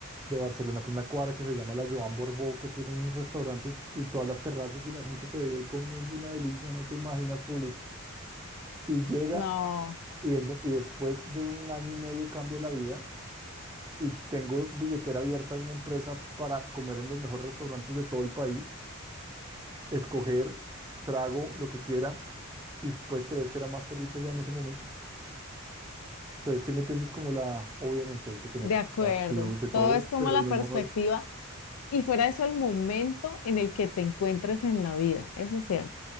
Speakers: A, on the right; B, on the left.
A: de Barcelona, por una cuadra que se llama la Joan Borbó, que tienen unos restaurantes y todas las terrazas y la gente se veía ahí comiendo una delicia, no te imaginas, Juli. Y llega
B: No.
A: y, en- y después de un año y medio cambia la vida. Y tengo billetera abierta en una empresa para comer en los mejores restaurantes de todo el país escoger, trago lo que quiera y puedes creer que era más feliz allá en ese momento. Entonces, si me entiendes como la, obviamente hay que tener
B: De acuerdo,
A: activos de todo,
B: todo es como
A: pero
B: la
A: no.
B: perspectiva y fuera de eso el momento en el que te encuentres en la vida, eso es cierto.